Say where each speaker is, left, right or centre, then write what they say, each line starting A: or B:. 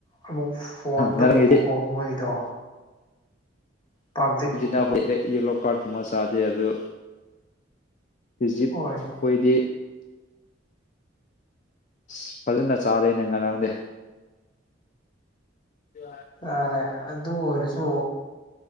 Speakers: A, on the left; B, on the left.
A: ꯑꯃꯨꯛ ꯐꯣꯟꯗ
B: ꯉꯔꯥꯡꯒꯤꯗꯤ
A: ꯎꯕꯀꯣ ꯃꯣꯏꯗꯣ ꯄꯥꯕ꯭ꯂꯤꯛ
B: <unintelligible> ꯌꯦꯂꯣ ꯀꯥꯔꯠꯀꯨꯝꯕ ꯆꯥꯗꯦ ꯑꯗꯨ ꯏꯖꯤꯞ
A: ꯑꯣꯏ
B: ꯈꯣꯏꯗꯤ ꯑꯁ ꯐꯖꯅ ꯆꯥꯔꯦꯅꯦ ꯉꯔꯥꯡꯗꯤ <unintelligible>
A: ꯑꯔꯦ ꯑꯗꯨ ꯑꫭꯏꯔꯁꯨ